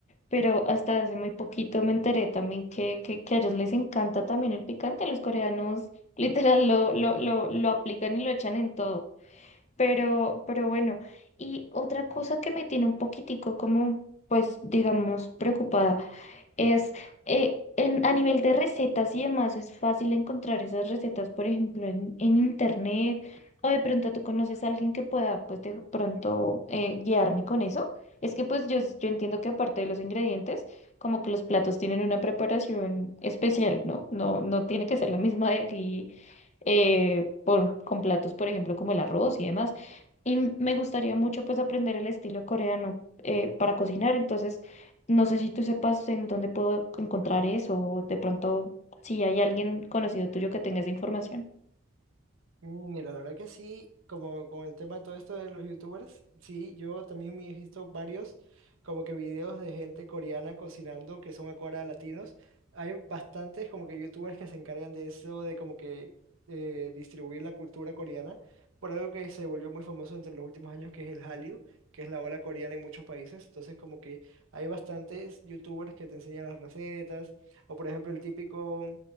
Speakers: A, on the left; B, on the right.
A: Pero hasta hace muy poquito me enteré también que, que, que a ellos les encanta también el picante. Los coreanos <laughs> literal lo, lo, lo, lo aplican y lo echan en todo. Pero, pero bueno, y otra cosa que me tiene un poquitico como, pues, digamos, preocupada. Es eh, en, a nivel de recetas y demás, es fácil encontrar esas recetas, por ejemplo, en, en internet, o de pronto tú conoces a alguien que pueda, pues de pronto eh, guiarme con eso. Es que pues yo, yo entiendo que aparte de los ingredientes, como que los platos tienen una preparación especial, ¿no? No, no tiene que ser la misma de aquí eh, por, con platos, por ejemplo, como el arroz y demás. Y me gustaría mucho pues aprender el estilo coreano eh, para cocinar, entonces... No sé si tú sepas en dónde puedo encontrar eso o de pronto si hay alguien conocido tuyo que tenga esa información.
B: Mm, Mira, la verdad que sí, como con el tema todo esto de los youtubers, sí, yo también me he visto varios como que videos de gente coreana cocinando que son ahora latinos. Hay bastantes como que youtubers que se encargan de eso, de como que eh, distribuir la cultura coreana, por algo que se volvió muy famoso entre los últimos años, que es el Hallyu, que es la ola coreana en muchos países. Entonces como que hay bastantes youtubers que te enseñan las recetas, o por ejemplo el típico...